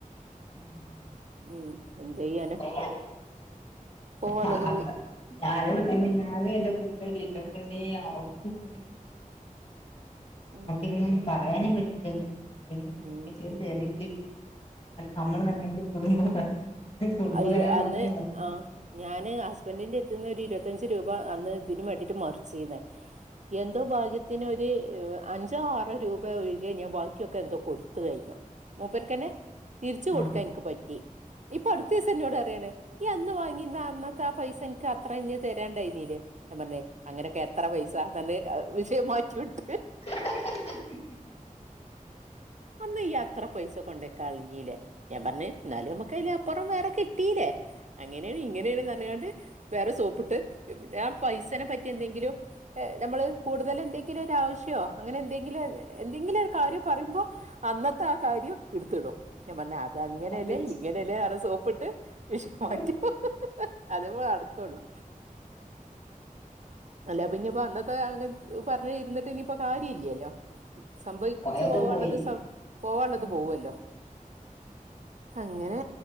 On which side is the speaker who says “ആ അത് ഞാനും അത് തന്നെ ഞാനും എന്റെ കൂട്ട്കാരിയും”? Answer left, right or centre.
Left